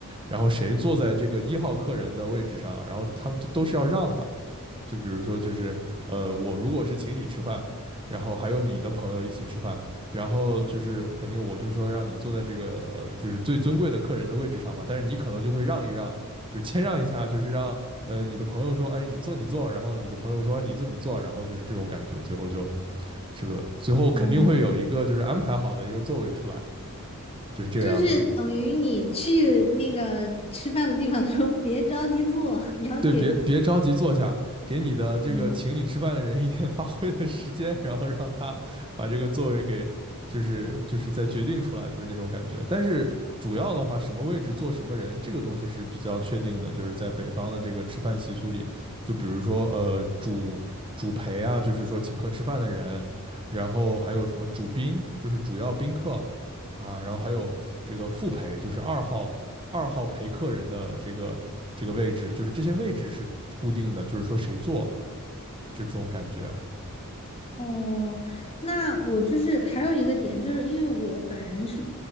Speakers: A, on the right; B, on the left.
A: 然后谁坐在这个一号客人的位置上，然后他们都都是要让的。就比如说，就是呃，我如果是请你吃饭，然后还有你的朋友一起吃饭，然后就是肯定我就说让你坐在这个呃，就是最尊贵的客人的位置上嘛，但是你可能就会让一让，就是谦让一下，就是让呃你的朋友说，哎，你坐你坐，然后你的朋友说、啊你坐你坐，然后就是这种感觉，最后就这个最后肯定会有一个就是安排好的一个座位出来，
B: 哦，
A: 就是这个样子。
B: 就是等于你去那个吃饭的地方的时候，别着急做，你要给，
A: 对，别别着急坐下，给你的这个请你吃饭的人一点
B: 嗯。
A: <laughs> 发挥的时间，然后让他把这个座位给，就是就是再决定出来，就是那种感觉。但是主要的话，什么位置坐什么人，这个东西是比较确定的，就是在北方的这个吃饭习俗里，就比如说呃主主陪啊，就是说请客吃饭的人，然后还有什么主宾，就是主要宾客啊，然后还有这个副陪，就是二号二号陪客人的这个。这个位置，就是这些位置是固定的，就是说谁坐就这种感觉。
B: 哦，那我就是还有一个点，就是因为我本人是